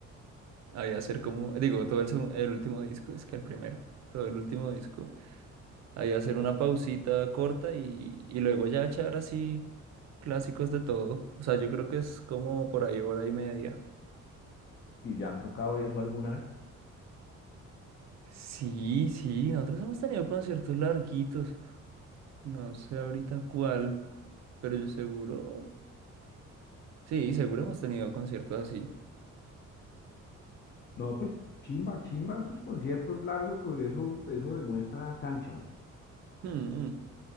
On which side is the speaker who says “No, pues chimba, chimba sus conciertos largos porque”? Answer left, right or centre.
Left